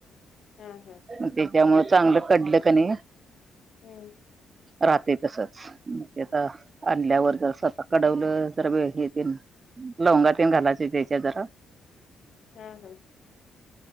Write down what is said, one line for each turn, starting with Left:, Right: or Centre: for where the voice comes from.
Left: हा हा
Right: मग त्याच्यामुळ चांगलं कडलं कणी
Left: हम्म
Right: राहतंय तसंच मं ते आता आणल्यावर जरासं आता कडवलं जरा वे हे तेन लवंगा तेन घालायचे तेच्यात जरा
Left: हा हा